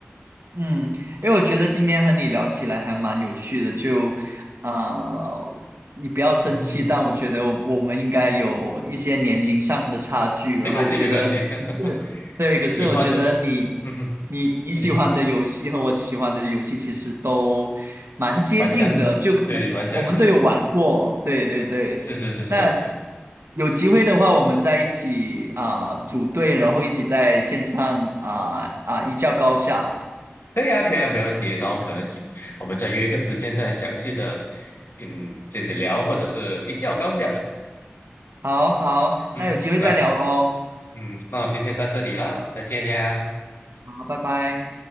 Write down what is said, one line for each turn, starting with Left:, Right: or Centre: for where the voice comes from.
Right: 嗯，因为我觉得今天和你聊起来还蛮有趣的，就啊、呃你不要生气，
Left: <laughs> 哼哼
Right: 但我觉得我我们应该有一些年龄上的差距，
Left: 没关系没关系，
Right: 然后我觉得是对，
Left: <laughs>
Right: 可是我觉得你
Left: 喜欢的，嗯哼，
Right: 你你喜欢的游戏和我喜欢的游戏其实都蛮接近的，
Left: 你是蛮相似，
Right: 就可能我们都有玩过，
Left: 对，蛮相似，
Right: 对对对。
Left: 是是是是，
Right: 那有机会的话，我们在一起啊、组队，然后一起在线上啊啊、一较高下。
Left: 可以啊可以啊，没问题。然后可能你我们再约个时间再详细的嗯这些聊，或者是一较高下吧。
Right: 好好，
Left: 嗯，
Right: 那有机会再聊喽。
Left: 那今嗯那我今天到这里啦，再见呀。
Right: 好，拜拜。